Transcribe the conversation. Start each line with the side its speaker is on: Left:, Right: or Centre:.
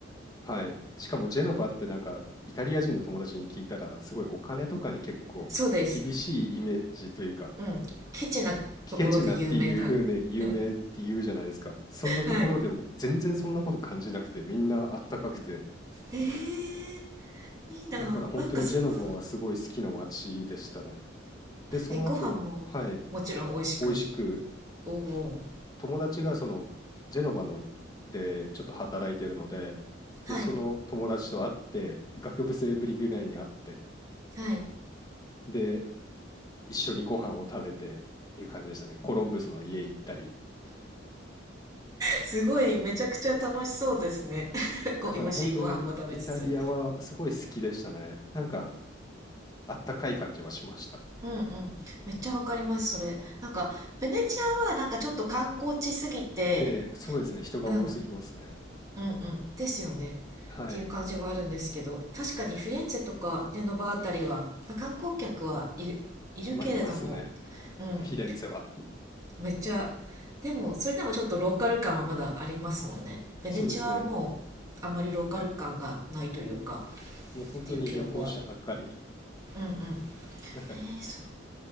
Left: はい。しかもジェノバってなんかイタリア人の友達に聞いたら、すごいお金とかに結構厳しいイメージというか、
Right: そうですうんケチなところで有名なうん
Left: ケチなっていう風に有名って言うじゃないですか。そんなところでも全然そんなこと感じなくて、
Right: はい。
Left: みんなあったかくて、
Right: えー、いいな。
Left: だから本当にジェノバはすごい好きな街でしたね。
Right: なんかそんな、
Left: で、その後、
Right: え、ご飯ももちろん美味しく。
Left: はい、美味しく、
Right: おお
Left: 友達がそのジェノバのでちょっと働いてるので、
Right: はい。
Left: で、その友達と会って、学部生ぶりぐらいに会って、
Right: はい。
Left: で、一緒にご飯を食べてっていう感じでしたね。コロンブスの家行ったり。
Right: すごい、めちゃくちゃ楽しそうですね。<laughs> ご、
Left: だから本当にイタリアはすごい好きでしたね。
Right: 美味しいご飯も食べつつ。
Left: なんかあったかい感じはしました。
Right: うんうん。めっちゃわかります、それ。なんか、ベネチアはなんかちょっと観光地すぎて、
Left: で、そうですね、人が多すぎますね。
Right: うん、うんうん。ですよね。
Left: はい。
Right: っていう感じはあるんですけど、確かにフィレンツェとかジェノバあたりは、まあ観光客はいる、いるけれども、
Left: まあ、いますね、
Right: うん。
Left: フィレンツェは。
Right: めっちゃでもそれでもちょっとローカル感はまだありますもんねベネチアはもうあんまりローカル感がないというか
Left: そうですね、もう本当に旅行者ばっかり、
Right: っていう記憶はうんうん
Left: なんか
Right: えー、そう